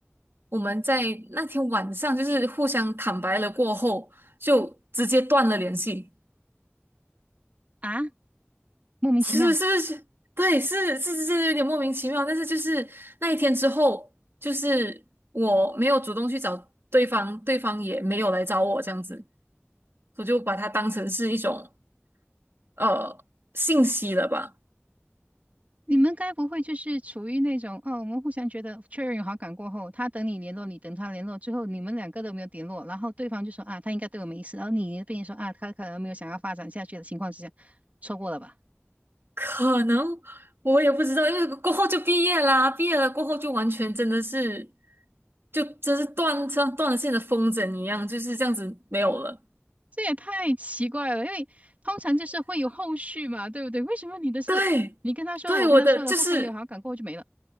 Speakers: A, on the right; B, on the right.
A: 我们在那天晚上就是互相坦白了过后，就直接断了联系。
B: 啊，莫名其妙。
A: 是是是，对，是是是，真的有点莫名其妙。但是就是那一天之后，就是我没有主动去找对方，对方也没有来找我，这样子，我就把它当成是一种呃信息了吧。
B: 你们该不会就是处于那种哦，我们互相觉得确认有好感过后，他等你联络，你等他联络，之后你们两个都没有联络，然后对方就说啊，他应该对我没意思，然后你那边说啊，他可能没有想要发展下去的情况之下，错过了吧？
A: 可能我也不知道，因为过后就毕业啦，毕业了过后就完全真的是，就真是断像断了线的风筝一样，就是这样子没有了。
B: 这也太奇怪了，因为通常就是会有后续嘛，对不对？为什么你的事你跟他说了，
A: 对，对，
B: 我跟他说了，
A: 我的就是。
B: 互相有好感过后就没了？